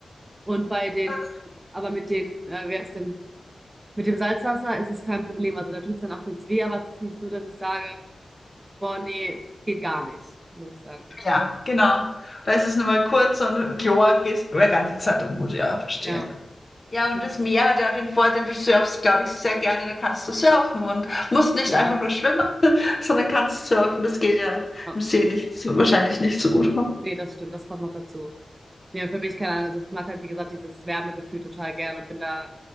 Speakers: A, on the right; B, on the left.
A: Und bei den,
B: Ah,
A: aber mit den, äh, wer ist denn, mit dem Salzwasser ist es kein Problem. Also da tut's dann auch kurz weh, aber es ist nicht so, dass ich sage, boah, nee, geht gar nicht, muss ich sagen.
B: Ja, genau. Da ist es nur mal kurz und Chlor geht die ganze Zeit um. Gut, ja, verstehe.
A: Ja,
B: Ja, und
A: nee,
B: das Meer hat ja den Vorteil, du surfst, glaube ich, sehr gerne. Da kannst du surfen und musst nicht
A: genau.
B: einfach nur schwimmen. sondern kannst surfen. Das geht ja
A: Ja.
B: im See nicht, so- wahrscheinlich nicht so gut. oder?
A: Nee, das stimmt, das kommt noch dazu. Nee, und für mich, keine Ahnung, also ich mag halt, wie gesagt, dieses Wärmegefühl total gern und bin da,